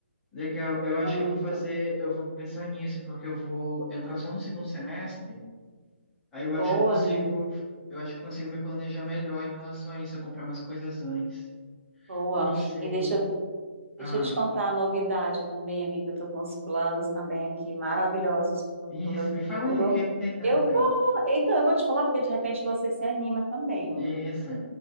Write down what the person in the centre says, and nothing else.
Legal. Eu
acho que eu vou fazer, eu vou pensar nisso, porque eu vou entrar só no segundo semestre. Aí eu acho
que eu consigo,
eu acho que eu consigo me planejar melhor em relação a isso, eu comprar umas coisas antes.
Ou não sei.
Ah.
Isso,
me fala aí, o que é que tem tanto
aí?
Isso,